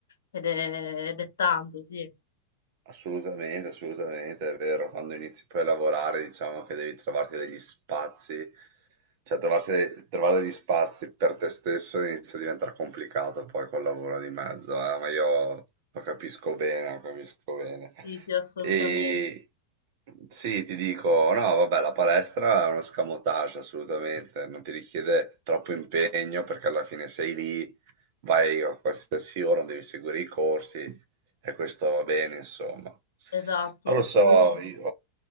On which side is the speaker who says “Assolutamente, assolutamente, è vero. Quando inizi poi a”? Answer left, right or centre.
Right